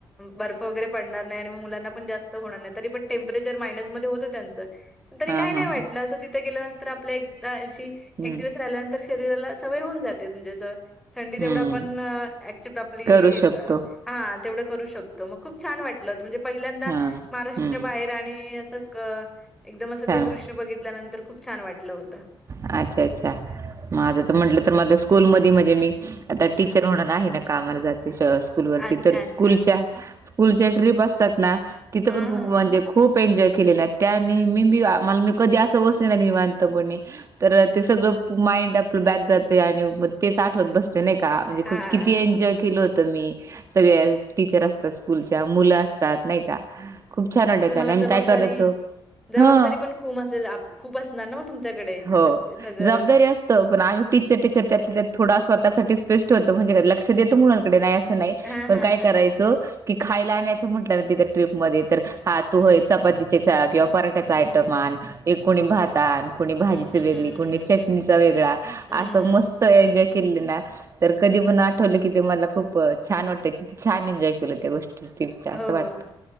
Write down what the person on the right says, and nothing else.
हा
हा
हा
हम्म
हम्म
करू शकतो
हा हम्म
छान
अच्छा अच्छा! माझं तर म्हटलं तर माझ स्कूल म मध्ये मी आता टीचर होणार आहे ना कामाला जाते <unintelligible> स्कूलवरती
तर
स्कूलच्या स्कूलच्या ट्रिप अस असतात ना तिथं
पण खूप
म्हणजे खूप एन्जॉय केलेला आहे. त्याने मी मी मला मी कधी असं बसले निवांत पणे. तर ते सगळं माइंड आपलं बॅक जात आणि म तेच आठवत बसत. नाही का म्हणे
किती एन्जॉय केलं हो. मी सगळ्याच टीचर असतात स्कूलच्या मुलं असतात नाही का? खूप छान वाटायचं
आणि आम्ही
काय करायचो
हं.
हो
जबाबदारी
अस पण आम्ही टीचर टीचर त्यात थोडा स्वतःसाठी स्पेस्ट होतो म्हणजे लक्ष देत मुलांकडे नाही नाही,
पण
काय
करायचो कि खायला आणायचं म्हटलं ति त्या ट्रीपमध्ये तर हा तू होय चपातीचेचा किंवा पराठ्याचा आयटम आण एक कोणी भाता आणि कोणी भाजीची
वेगळी
कोणी चटणीचा
वेगळा
असं
मस्त त एनजोयल ना. तर कधी पण आठवलं की ते मला खूप छान वाटतं किती छान एन्जॉय केलं त्या गोष्टी. यूटूबचे असं
वाटतं.